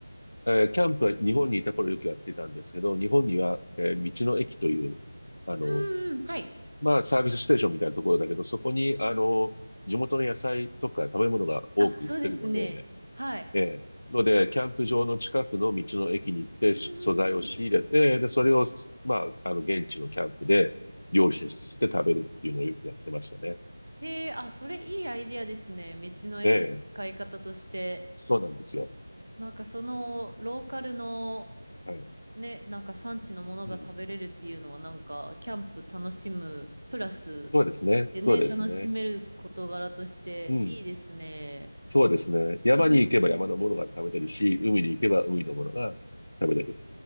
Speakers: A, on the left; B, on the right.
A: えーキャンプは日本にいた頃よくやってたんですけど、日本には、えー道の駅という、あの、
B: うんうん、はい。
A: まあ、サービスステーションみたいなところだけど、そこに、あの、地元の野菜とか食べ物が多く売ってるので、
B: あ、そうですね。はい。
A: ええ。ので、キャンプ場の近くの道の駅に行って、
B: うんうんうん。
A: し素材を仕入れて、で、それを、まあ、あの、現地のキャンプで料理してして食べるっていうのをよくやってましたね。
B: へえ、あ、それいいアイディアですね。道の駅の使い方として。
A: ええ。そうなんですよ。
B: なんかそのローカルの
A: はい。
B: ね、なんか産地のものが食べれるっていうのはなんかキャンプ楽しむプラス
A: うん。そうですね。
B: でね、
A: そうですね。
B: 楽しめる事柄としていいですね。
A: うん。そうですね。山に行けば山のものが食べれるし、
B: うん
A: 海に行けば海のものが食べれる。